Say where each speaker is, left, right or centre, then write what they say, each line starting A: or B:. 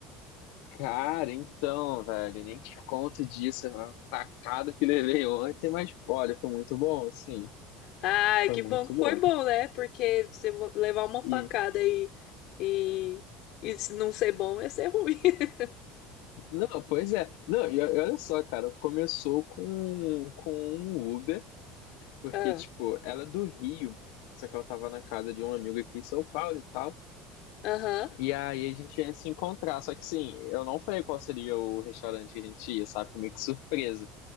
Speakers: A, on the left (about 70°); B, on the left (about 50°).
A: Cara, então, velho, nem te conto disso, a facada que levei ontem, mas olha, foi muito bom, sim,
B: Ai,
A: foi
B: que
A: muito
B: bom que
A: bom.
B: foi bom, né? Porque se eu levar uma facada
A: E
B: e, e, e se não ser bom ia ser ruim. <laughs>
A: não, pois é. Não, e, o- e olha só, cara, começou com com um Uber, porque
B: Ah,
A: tipo, ela é do Rio, só que ela tava na casa de um amigo aqui em São Paulo e tal.
B: Aham,
A: E aí a gente ia se encontrar, só que assim, eu não falei qual seria o restaurante que a gente ia, sabe? Foi meio que surpresa.